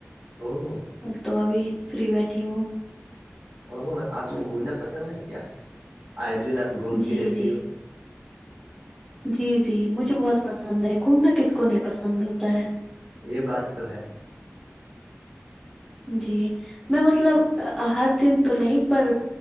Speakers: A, on the right; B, in the centre.
A: باں مم <inaudible>
B: تو ابھی فری بیٹھی ہوں
A: او آپ کو گھومنا پسند ہےئے کیا آئے دن آپ گھومتی
B: جی
A: رہتی
B: جی
A: ہو
B: جی جی مجھے بہت پسند ہے گھومنا کس کو نہیں پسند ہوتا ہے
A: یہ بات تو ہے
B: جی میں مطلب ہر دن تو نہیں پر